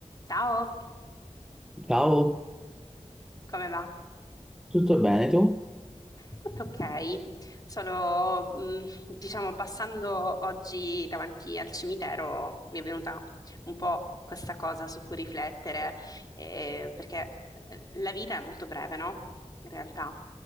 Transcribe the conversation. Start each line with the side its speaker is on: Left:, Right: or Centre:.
Left: Ciao,
Centre: Ciao,
Left: come va?
Centre: tutto bene tu?
Left: Tutto ok, solo mh, diciamo passando oggi davanti al cimitero mi è venuta un po' questa cosa su cui riflettere, eh, perché eh, la vita è molto breve, no? In realtà,